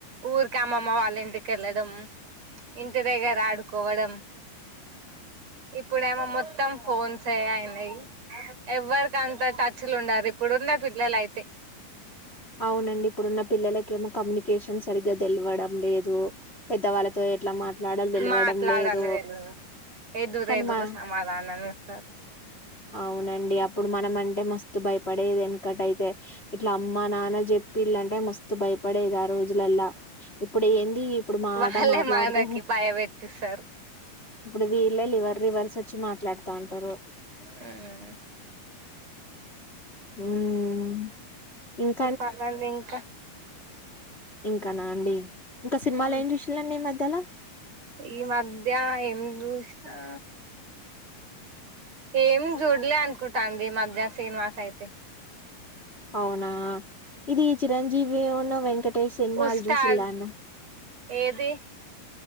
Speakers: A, on the right; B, on the left.
A: ఊరికే మామ వాళ్ళ ఇంటికి, వెళ్లడం ఇంటి దగ్గర ఆడుకోవడం, ఇప్పుడేమో మొత్తం ఫోన్ సే అయినాయి ఎవరికి అంత టచ్ లో ఉండదు ఇప్పుడు ఉన్న పిల్లలైతే
B: అవునండి ఇప్పుడున్న పిల్లలకు ఏమో కమ్యూనికేషన్ సరిగ్గా తెలవడం లేదు పెద్దవాళ్లతో ఎట్ల మాట్లాడాలో తెలవడం
A: మాట్లాడాలి
B: లేదు,
A: తెలుగు ఎదురు
B: కానీ
A: ఎదురు
B: మా
A: సమాధానం ఇస్తారు
B: అవునండి అప్పుడు మనం అంటే మస్తు భయపడేది ఎందుకంటే ఇట్లా అమ్మానాన్న నాకు చెప్పిందంటే మస్తు భయపడేది ఆ రోజులలా ఇప్పుడు ఏంది ఇప్పుడు మాట
A: వాళ్లే
B: మాట్లాడితే
A: మనకి భయపెట్టిస్తారు
B: ఇప్పుడు వి లివర్ రివర్స్ వచ్చి మాట్లాడు తాంటారో
A: ఉమ్
B: ఉమ్
A: చెప్పాలండి ఇంకా
B: ఇంకా నా అండి ఇంకా సినిమాలు
A: హ
B: ఏం చూసిల్లండి ఈ మధ్యలో
A: ఈ మధ్య ఏం ఆ ఏం చూడలే అనుకుంటాండి ఈ మధ్య సనిమాస్ అయితే
B: అవునా ఇది చిరంజీవిను వెంకటేష్ సినిమాలు
A: ఉస్తాద్
B: జూశిలాం
A: ఏది